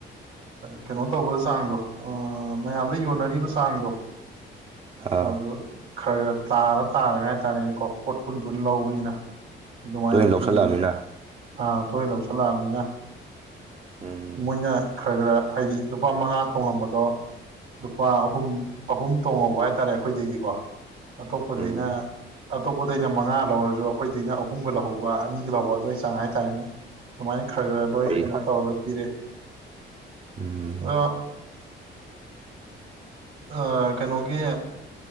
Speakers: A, on the right; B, on the right.
A: ꯀꯩꯅꯣ ꯇꯧꯕ ꯆꯥꯡꯗꯣ ꯃꯌꯥꯝꯗ ꯌꯣꯟꯅꯔꯤꯕ ꯆꯥꯡꯗꯣ
B: ꯑꯥ
A: ꯍꯥꯎꯗ ꯈꯔ ꯈꯔ ꯇꯥꯔ ꯇꯥꯔꯒ ꯍꯥꯏꯇꯥꯔꯦꯅꯦꯀꯣ <inaudible> ꯀꯨꯟ ꯄꯨꯟ ꯂꯧꯕꯅꯤꯅ ꯑꯗꯨꯃꯥꯏꯅ
B: ꯇꯣꯏꯅ ꯂꯧꯁꯜꯂꯛꯑꯃꯤꯅ
A: ꯄꯤꯌꯦ ꯑꯥ ꯊꯣꯏꯅ ꯂꯧꯁꯤꯜꯂꯛꯑꯕꯅꯤꯅ
B: ꯎꯝ
A: ꯃꯣꯏꯅ ꯈꯔ ꯈꯔ ꯍꯥꯏꯗꯤ ꯂꯨꯄꯥ ꯃꯉꯥ ꯇꯣꯡꯉꯝꯕꯗꯣ ꯄꯥ ꯑꯍꯨꯝ ꯑꯍꯨꯝ ꯇꯣꯡꯉꯧꯕ ꯍꯥꯏ ꯍꯥꯏꯇꯥꯔꯦ ꯑꯩꯈꯣꯏꯗꯩꯗꯤꯀꯣ ꯑꯇꯣꯞꯄꯗꯒꯤꯩꯅ
B: ꯎꯝ
A: ꯑꯇꯣꯞꯄꯗꯩꯅ ꯃꯉꯥ ꯂꯧꯔꯁꯨ ꯑꯩꯈꯣꯏꯗꯩꯅ ꯑꯍꯨꯝꯒ ꯂꯍꯧꯕ ꯑꯅꯤꯒ ꯂꯧꯕ ꯑꯗꯨꯋꯥꯏ ꯆꯥꯡ ꯍꯥꯏꯇꯥꯔꯦꯅꯦ ꯑꯗꯨꯃꯥꯏꯅ ꯈꯔ ꯈꯔ ꯂꯣꯏ
B: ꯑꯩ
A: ꯀꯩꯅꯣ ꯇꯧꯔꯒ ꯄꯤꯔꯦ
B: ꯎꯝ
A: ꯑꯗꯣ ꯑ ꯀꯩꯅꯣꯒꯤ ꯑ